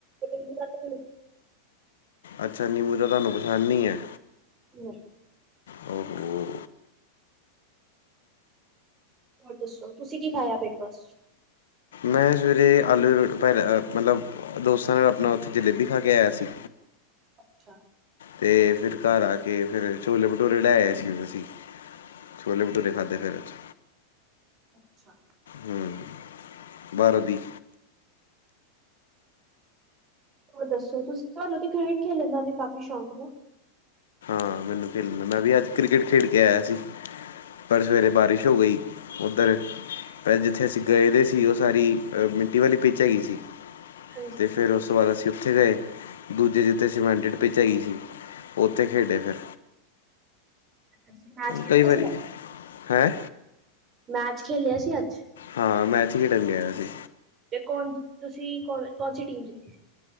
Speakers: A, on the right; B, on the left.
A: ਨਿੰਬੂ ਦਾ।
B: ਅੱਛਾ ਨਿਊ ਤਾਂ ਤੁਹਾਨੂੰ ਪਸੰਦ ਨਹੀਂ ਹੈ?
A: ਨਹੀਂ।
B: ਓਹੋ
A: ਹੋਰ ਦੱਸੋ ਤੁਸੀ ਕੀ ਖਾਇਆ ਬ੍ਰੇਕਫਾਸਟ 'ਚ?
B: ਮੈਂ ਸਵੇਰੇ ਆਲੂ ਰੋਟੀ ਦੀ ਪਰ ਅ ਮਤਲਬ ਦੋਸਤਾਂ ਨਾਲ ਆਪਣਾ ਉੱਥੇ ਜਲੇਬੀ ਖਾ ਕੇ ਆਇਆ ਸੀ।
A: ਅੱਛਾ।
B: ਤੇ ਫਿਰ ਘਰ ਆ ਕੇ ਫਿਰ ਛੋਲੇ ਭਟੂਰੇ ਲੈ ਆਏ ਸੀ ਔ ਅਸੀ। ਛੋਲੇ ਭਟੂਰੇ ਖਾ ਤੇ ਫਿਰ ਏਰੇ 'ਚ।
A: ਅੱਛਾ।
B: ਹੂੰ ਬਾਹਰੋਂ ਦੀ।
A: ਹੋਰ ਦੱਸੋ ਤੁਸੀ ਤੁਹਾਨੂੰ ਤੇ ਕ੍ਰਿਕਟ ਖੇਲਣ ਦਾ ਵੀ ਕਾਫੀ ਸ਼ੌਕ ਨਾ?
B: ਹਾਂ ਮੈਨੂੰ ਖੇਲਣ ਦਾ ਮੈਂ ਵੀ ਅੱਜ ਕ੍ਰਿਕਟ ਖੇਡ ਕੇ ਆਇਆ ਸੀ। ਪਰ ਸਵੇਰੇ ਬਾਰਿਸ਼ ਹੋ ਗਈ ਉੱਧਰ। ਪਰ ਜਿੱਥੇ ਅਸੀਂ ਗਏ ਦੇ ਸੀ ਉਹ ਸਾਰੀ ਮਿੱਟੀ ਵਾਲੀ ਪਿੱਚ ਹੈਗੀ ਸੀ।
A: ਹਾਂਜੀ
B: ਤੇ ਫੇਰ ਉਸ ਤੋਂ ਬਾਅਦ ਅਸੀਂ ਉੱਥੇ ਗਏ ਦੂਜੀ ਜਿੱਥੇ ਸਮੀਟਡ
A: ਜੀ।
B: ਪਿੱਚ ਹੈਗੀ ਸੀ। ਉੱਥੇ ਖੇਡੇ ਫਿਰ।
A: <unintelligible> ਸੀ ਅੱਜ?
B: ਕਈ ਵਾਰੀ ਹੈਂ।
A: ਮੈਚ ਖੇਲਿਆ ਸੀ ਅੱਜ।
B: ਹਾਂ ਮੈਚ ਖੇਡਣ ਗਿਆ ਸੀ।
A: ਤੇ ਕੌਣ ਤੁਸੀਂ ਕੌਣ ਸੀ ਟੀਮ ਜਿੱਤੀ ਸੀ?